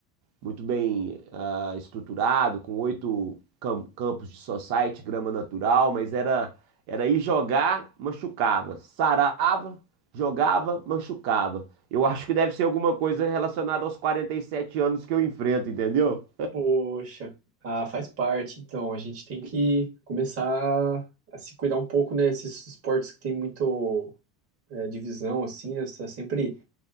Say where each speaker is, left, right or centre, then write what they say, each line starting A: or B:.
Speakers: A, on the right (about 75°); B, on the right (about 30°).
A: muito bem ah, estruturado, com oito cam- campos de society, grama natural, mas era era ir jogar, machucava, sarava, jogava, machucava. Eu acho que deve ser alguma coisa relacionada aos 47 anos que eu enfrento, entendeu?
B: Poxa, ah, faz parte. Então, a gente tem que começar a se cuidar um pouco, né? Esses esportes que tem muito é, divisão, assim, né? Você está sempre